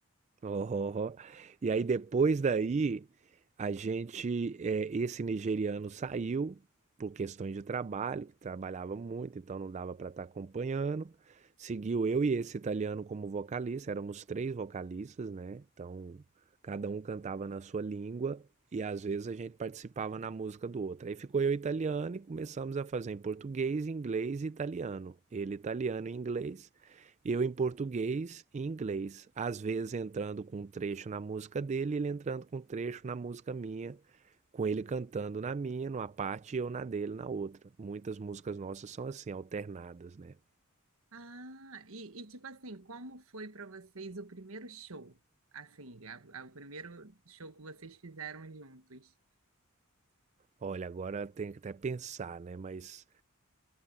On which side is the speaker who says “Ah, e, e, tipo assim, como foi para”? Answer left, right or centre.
Right